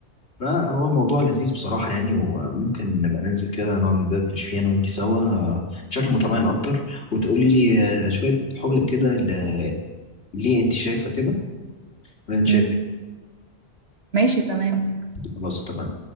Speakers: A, on the left (about 65°); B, on the right (about 60°).
A: فهو موضوع لذيذ بصراحة يعني وممكن نبقى ننزل كده نقعد ندردش فيه أنا وأنت سوا آه، بشكل متمعن أكتر وتقولي لي آه، شوية حجج كده ل- ليه أنت شايفة كده ولا أنت شايفة
B: امم
A: إيه؟
B: ماشي تمام
A: خلاص اتفقنا